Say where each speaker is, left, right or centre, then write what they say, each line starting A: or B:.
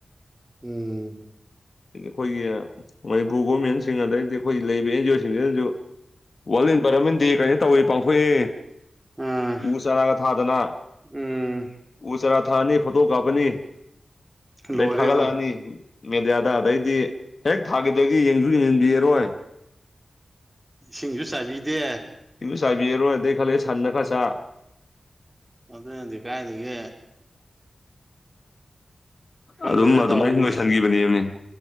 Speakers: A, on the right; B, on the left.
A: ꯎꯝ
B: ꯈꯣꯏ ꯃꯅꯤꯄꯨꯔ ꯒꯣꯔꯃꯦꯟꯁꯤꯡ ꯑꯗꯩꯗꯤ ꯑꯩꯈꯣꯏꯒꯤ ꯂꯩꯔꯤꯕ ꯑꯦꯟ ꯖꯤ ꯑꯣꯁꯤꯡꯁꯤꯅꯁꯨ ꯋꯥꯔꯜ ꯏꯟꯚꯥꯏꯔꯣꯟꯃꯦꯟ ꯗꯦ ꯀꯩꯅ ꯇꯧꯏꯦ ꯄꯥꯡꯊꯣꯛꯑꯦ
A: ꯑꯥ
B: ꯎꯁꯥꯔꯥꯒ ꯊꯥꯗꯅ
A: ꯎꯝ
B: ꯎ ꯆꯔꯥ ꯊꯛꯑꯅꯤ ꯐꯣꯇꯣ ꯀꯥꯞꯄꯅꯤ ꯑꯗꯩ
A: ꯂꯣꯏꯔꯦ
B: ꯊꯥꯒꯠꯂꯛꯑꯅꯤ
A: ꯑꯗꯨꯝ
B: ꯃꯦꯗꯤꯌꯥꯗ ꯑꯗꯩꯗꯤ ꯍꯦꯛ ꯊꯥꯒꯤꯗꯗꯒꯤ ꯌꯦꯡꯁꯨ ꯌꯦꯡꯁꯤꯟꯕꯤꯔꯣꯏ
A: ꯁꯤꯡꯁꯨ ꯆꯥꯕꯤꯗꯦ
B: ꯁꯥꯕꯤꯔꯣꯗꯩ ꯈꯂꯤ ꯁꯥꯟꯅ ꯈ ꯁꯥꯥ
A: ꯑꯗꯨꯗ ꯅꯗꯤ ꯀꯥꯏꯗꯗꯒꯤ ꯈꯪꯗꯦꯗ
B: ꯑꯗꯨꯝ ꯑꯗꯨꯃꯥꯏ
A: ꯇꯧꯔꯤꯁꯦ
B: ꯂꯣꯏꯁꯤꯟꯈꯤꯕꯅꯤꯅꯤ